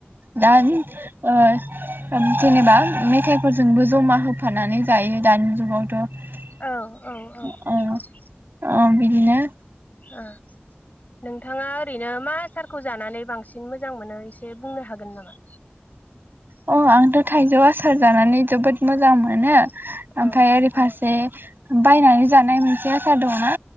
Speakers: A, on the right (about 60°); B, on the left (about 45°).
A: दा ओ जेनेबा मेथाइ फोरजोंबो जमा होफानानै जायो दानि जुगावथ ओ
B: औ औ औ नंगौ
A: ओ बिदिनो
B: ओ नोंथाङा ओरैनो मा आसारखौ जानानै बांसिन मोजां मोनो एसे बुंनो हागोन नामा
A: अ आंथ थाइजौ आसार जानानै जोबोद मोजां मोनो ओमफ्राय
B: औ
A: ओरै फारसे
B: औ
A: बायनानै जानाय मोनसे आसार दङना